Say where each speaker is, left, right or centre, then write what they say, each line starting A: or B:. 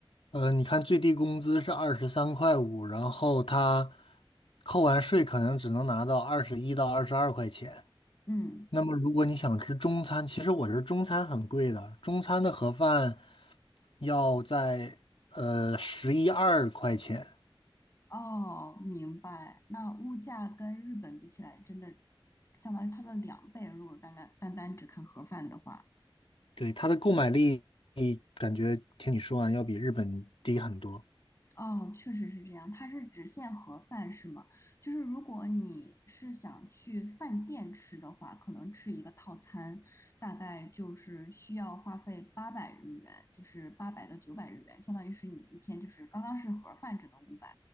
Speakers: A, on the left; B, on the left.
A: 呃，你看最低工资是二十三块五，然后他扣完税可能只能拿到二十一到二十二块钱。
B: 嗯，
A: 那么如果你想吃中餐，其实我这中餐很贵的，中餐的盒饭要在呃十一二块钱。
B: 哦，明白。那物价跟日本比起来，真的相当于它的两倍。如果单单单单只看盒饭的话。
A: 对，它的购买力感觉听你说完要比日本低很多。
B: 哦，确实是这样，它是只限盒饭是吗？就是如果你是想去饭店吃的话，可能吃一个套餐，大概就是需要花费八百日元，就是八百到九百日元，相当于是你一天就是刚刚是盒饭只能五百，